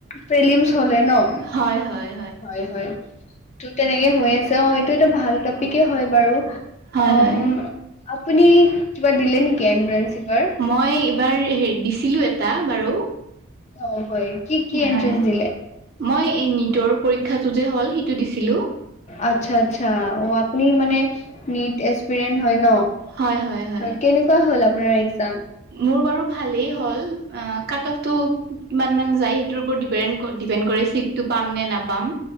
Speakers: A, on the left (about 30°); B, on the right (about 45°).
A: প্ৰিলিমছ হ'লে ন'?
B: হয় হয়
A: হয় হয়। ত' তেনেকে হৈ আছে, অ' এইটো এটা ভাল টপিকেই হয় বাৰু।
B: হয়
A: অ
B: হয়
A: আপুনি কিবা দিলে নেকি এনট্ৰেঞ্চ এইবাৰ?
B: মই এইবাৰ হেৰি দিছিলোঁ এটা বাৰু।
A: অ' হয়। কি কি
B: হয়
A: এনট্ৰেঞ্চ দিলে?
B: মই এই নীটৰ পৰীক্ষাটো যে হ'ল সেইটো দিছিলোঁ।
A: আচ্ছা আচ্ছা। অ' আপনি মানে নিট এচপেৰিয়েণ্ট হয় ন'?
B: হয় হয় হয়
A: কেনেকুৱা হ'ল আপোনাৰ এক্সাম?
B: মোৰ বাৰু ভালেই হ'ল। এ, কাটফটো কিমান মান যায় সেইটোৰ ওপৰত ডিপে ডিপেণ্ড কৰে চিটটো পাম নে নাপাম।